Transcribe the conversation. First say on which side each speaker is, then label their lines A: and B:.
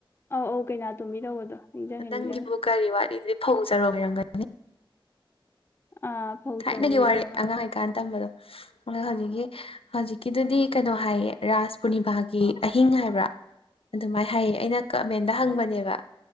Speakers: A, on the left (about 25°); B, on the left (about 90°).
A: ꯑꯧ ꯑꯧ ꯀꯩꯅꯥꯇꯣꯝꯕꯤ ꯇꯧꯕꯗꯣ ꯅꯤꯡꯁꯤꯡꯉꯦ
B: ꯅꯪꯒꯤꯕꯨ
A: ꯅꯤꯡꯁꯤꯡꯉꯦ
B: ꯀꯔꯤ ꯋꯥꯠꯂꯤ ꯗꯨꯗꯤ ꯐꯧ ꯆꯔꯣꯡ ꯑꯣꯏꯔꯝꯒꯅꯤ
A: ꯑꯥ ꯐꯧ
B: ꯊꯥꯏꯅꯒꯤ
A: ꯆꯔꯣꯡꯒꯤꯗꯣ
B: ꯋꯥꯔꯤ
A: ꯑꯣꯏꯔ ꯃꯥꯜꯂꯦ
B: ꯑꯉꯥꯡ ꯑꯣꯏꯀꯥꯟꯗ ꯇꯝꯕꯗꯣ ꯑꯣ ꯍꯧꯖꯤꯛꯀꯤ ꯍꯧꯖꯤꯛ ꯀꯤꯗꯨꯗꯤ ꯀꯩꯅꯣ ꯍꯥꯏꯌꯦ ꯔꯥꯥꯁ ꯄꯨꯔꯅꯤꯕꯥꯥꯒꯤ ꯑꯍꯤꯡ ꯍꯥꯏꯕ꯭ꯔꯥ ꯑꯗꯨꯃꯥꯏꯅ ꯍꯥꯏꯌꯦ ꯑꯩꯅ ꯀꯃꯦꯟꯗ ꯍꯪꯕꯅꯦꯕ